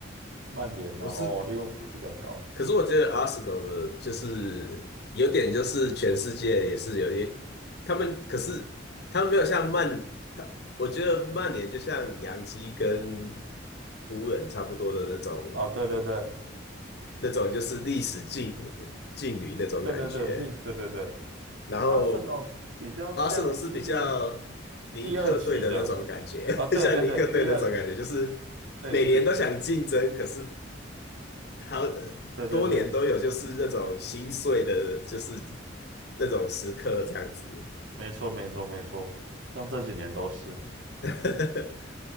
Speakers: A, on the right; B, on the left.
A: 曼联，
B: 我是，
A: 然后利物浦比较高。
B: 可是我觉得 Arsenal 的就是有点就是全世界也是有点，他们可是他们没有像曼，他我觉得曼联就像洋基跟湖人差不多的那种
A: 啊，对对对
B: 那种就是历史劲劲旅那种感觉，
A: 对对对，利对对对，
B: 然后
A: 阿森纳比较像是
B: Arsenal 是比较尼克队的那种感觉，
A: 第二级的。啊，对对对，
B: <laughs> 像尼克队那种感觉，
A: 第二
B: 就是每年都想竞争，
A: 类似，
B: 可是好呃多年都有，
A: 对对对，
B: 就是那种心碎的，就是那种时刻这样子。
A: 没错没错没错，像这几年都是
B: <laughs>